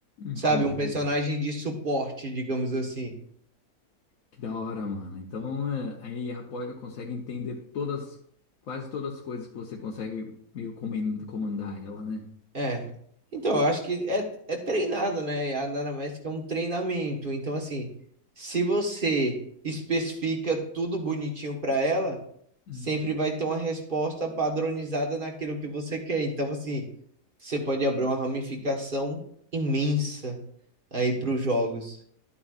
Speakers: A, on the left; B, on the right.
A: entendi.
B: sabe? Um personagem de suporte, digamos assim.
A: Que da hora, mano. Então, é, a IA pode, consegue entender todas, quase todas as coisas que você consegue meio comen- comandar ela, né?
B: É. Então, eu acho que é, é treinado, né? E a anamnésica é um treinamento. Então, assim, se você especifica tudo bonitinho para ela,
A: Hum.
B: sempre vai ter uma resposta padronizada naquilo que você quer. Então, assim, você pode abrir uma ramificação imensa aí para os jogos.